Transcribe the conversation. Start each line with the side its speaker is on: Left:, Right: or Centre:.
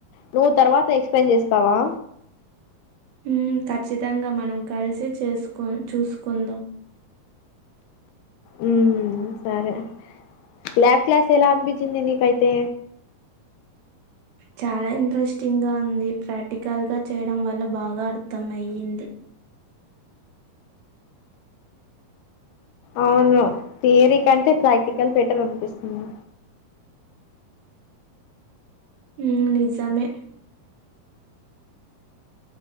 Left: నువ్వు తర్వాత ఎక్స్ప్లెయిన్ చేస్తావా
Right: ఉ ఖచ్చితంగా మనం కలిసి చేసుకొని చూసుకుందాం
Left: ఉ సరే ల్యాబ్ క్లాస్ ఎలా అనిపించింది నీకు అయితే
Right: చాలా ఇంట్రెస్టింగ్ గా ఉంది ప్రాక్టికల్ గా చేయడం వల్ల బాగా అర్థం అయ్యింది
Left: అవును థియరీ కంటే ప్రాక్టికల్ బెటర్ అనిపిస్తుంది
Right: ఉ నిజామే